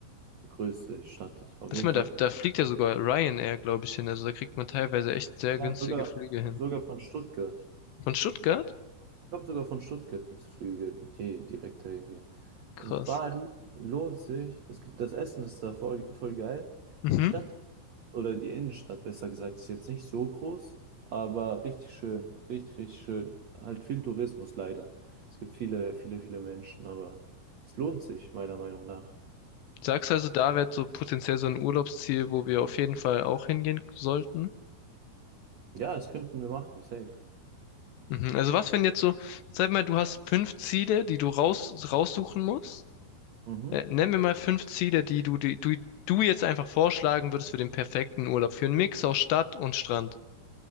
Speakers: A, on the right (about 70°); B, on the left (about 75°).
A: größte Stadt. Auf
B: Warte
A: jeden
B: mal,
A: Fall.
B: da, da fliegt ja sogar Ryanair, glaube ich, hin. Also da kriegt man teilweise echt sehr günstige
A: Ja, sogar,
B: Flüge hin.
A: sogar von Stuttgart.
B: Von Stuttgart?
A: Ich glaube, sogar von Stuttgart gibt es Flüge, die direkt dahin gehen.
B: Krass.
A: Und Bali lohnt sich. Es gibt, das Essen ist da voll, voll geil.
B: Mhm.
A: Die Stadt oder die Innenstadt, besser gesagt, ist jetzt nicht so groß, aber richtig schön. Richtig, richtig schön. Halt viel Tourismus leider. Es gibt viele, viele, viele Menschen, aber es lohnt sich, meiner Meinung nach.
B: Sagst also, da wäre so potenziell so ein Urlaubsziel, wo wir auf jeden Fall auch hingehen sollten?
A: Ja, das könnten wir machen, safe.
B: Mhm. Also was, wenn jetzt so, sag mal, du hast fünf Ziele, die du raus, raussuchen musst
A: Mhm.
B: Äh, nenn mir mal fünf Ziele, die du, die, du, du jetzt einfach vorschlagen würdest für den perfekten Urlaub. Für einen Mix aus Stadt und Strand.